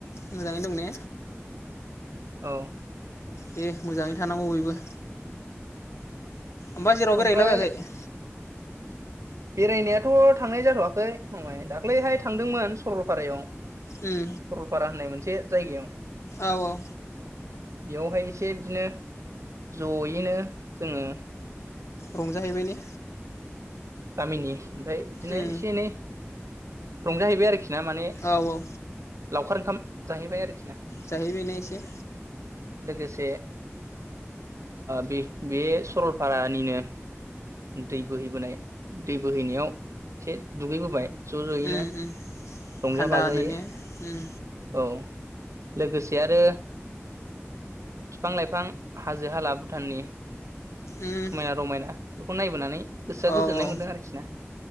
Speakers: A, on the left; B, on the right.
A: मोजाङैनो दं ने?
B: औ
A: दे मोजाङैनो थानांगौ बयबो। ओमफ्राय जेरावबो
B: ओमफ्राय
A: बेरायहैला बायाखै?
B: बेरायनायाथ' थांनाय जाथ'वाखै मामाय दाख्लैहाय थांदोंमोन सरलपारायाव। सरलपारा
A: उम
B: होननाय मोन से जायगायाव
A: औ औ
B: बेयावहाय एसे बिदिनो जयैनो जोंङो
A: रंजाहैबाय ने?
B: गामिनि ओमफ्राय बिदिनो
A: उम
B: एसे एनै रंजाहैबाय आरोखि बिना माने
A: औ औ
B: लावखार ओंखाम जाहैबाय आरोखि ना।
A: जाहैबायने एसे?
B: लोगोसे बे बे सरलपारानिनो दै बोहैबोनाय दै बोहैनायाव एसे दुगैबोबाय। ज' ज'यैनो
A: उम उम
B: रंजा
A: थान्दानो
B: बाजायै
A: ने उम
B: औ। लोगोसे आरो बिफां लाइफां हाजो हाला भुटाननि
A: उम
B: समायना रमायना बेखौ नायबोनानै गोसोआ
A: औ
B: गोजोननाय
A: औ
B: मोनदों आरोखि ना